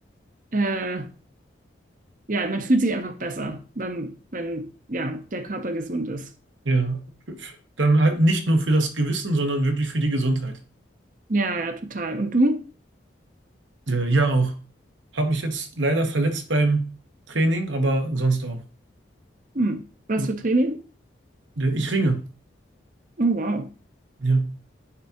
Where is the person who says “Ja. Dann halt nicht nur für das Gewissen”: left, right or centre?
Right